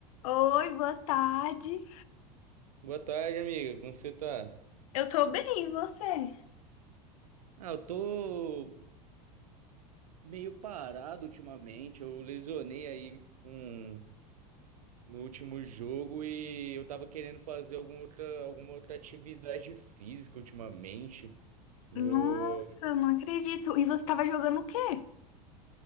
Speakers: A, on the left (about 70°); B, on the right (about 85°).
A: Oi, boa tarde.
B: Boa tarde, amiga. Como você tá?
A: Eu tô bem, e você?
B: Ah, eu tô meio parado ultimamente. Eu lesionei aí com no último jogo e eu tava querendo fazer alguma outra, alguma outra atividade física ultimamente. No...
A: Nossa, eu não acredito. E você tava jogando o quê?